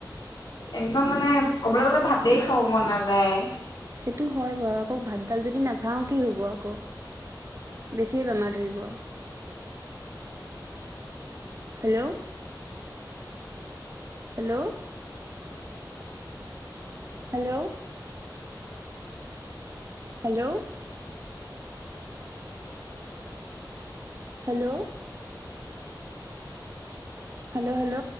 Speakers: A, on the left; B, on the right.
A: কিবা মানে ক'বলৈ গ'লে ভাতেই খাব মন নাযায়
B: সেইটো হয় বাৰু আকৌ ভাতডাল যদি নাখাও কি হ'ব আকৌ বেছিয়ে বেমাৰ ধৰিব hello hello hello hello hello hello hello